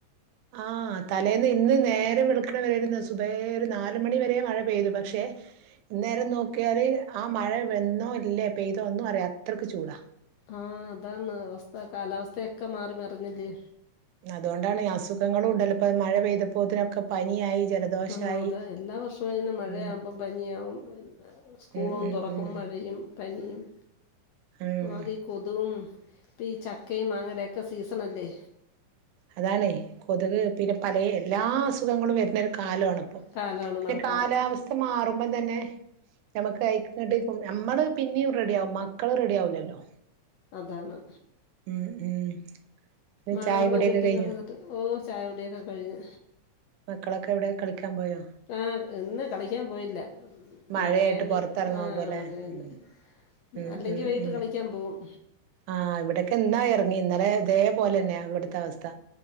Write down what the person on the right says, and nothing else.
ആ തലേന്ന് ഇന്ന് നേരെം വിളുക്കണ വരെരുന്നു സുബേ ഒരു നാല് മണി വരെ മഴ പെയ്തു പക്ഷെ ഇന്നേരം നോക്കിയാല് ആ മഴ വന്നോ ഇല്ലേ പെയ്തോ ഒന്നും അറിയ അത്രയ്ക്ക് ചൂടാ
അതുകൊണ്ടാണ് അസുഖങ്ങളും ഉണ്ടല്ലോപ്പ മഴ പെയ്തപ്പോത്തിനൊക്കെ പനിയായി ജലദോഷായി
ഉം
ഉം ഉം
ഉം
ഉം
അതാാണ്ഇ കൊതുക് പിന്നെ പലെ എല്ലാ അസുഖങ്ങളും വര്ന്നര്ക് ആലോണം പൊ
പിന്നെ
കാലാവസ്ഥ മാറു പ്പം തന്നെ നമുക്ക് കയിക്കട്ട്കും നമ്മള് പിന്നെയും റെഡിയാവും മക്കള് റെഡിയാവില്ലല്ലോ
ഉം ഉം പിന്നെ
ചായ കുടിയൊക്കെ
കഴിഞ്ഞോ
മക്കളൊക്കെ എവിടെ കളിക്കാൻ പോയോ
മഴയായിട്ട്
പൊറത്തിറങ്ങാൻ
പോലെ
ഉം ഉം
ഉം
ഉം
ആഹ് ഇവിടൊക്കെ ഇന്നാ എറങ്ങി ഇന്നലെ ഇതേപോലെ തന്നെയാ ഇവിട്ത്തെ അവസ്ഥ